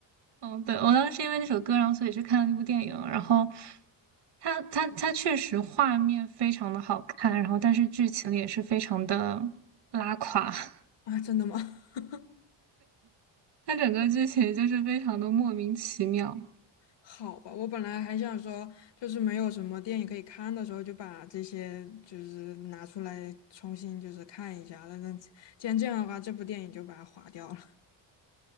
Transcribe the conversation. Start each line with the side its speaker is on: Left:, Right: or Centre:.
Right: 嗯，对，我当时因为那首歌，然后所以去看了那部电影。然后它，它，它确实画面非常的好看，然后但是剧情也是非常的拉垮。<laughs>
Left: 啊，真的吗？<laughs>
Right: 它整个剧情就是非常的莫名其妙，
Left: 好吧，我本来还想说，就是没有什么电影可以看的时候，就把这些就是拿出来重新就是看一下了。那既然这样的话，这部电影就把它划掉了。